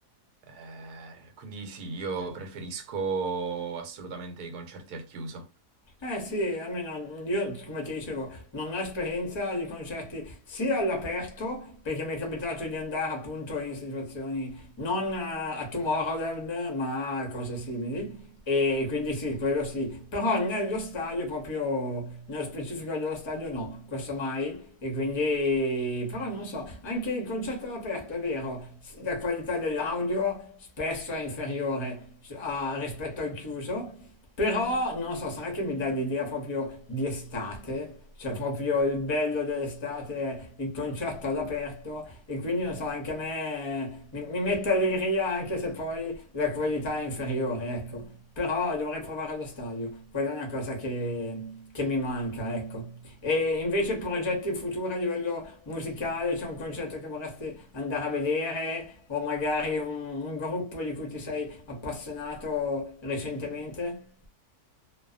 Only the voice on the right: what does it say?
Eh, quindi sì, io preferisco assolutamente i concerti al chiuso.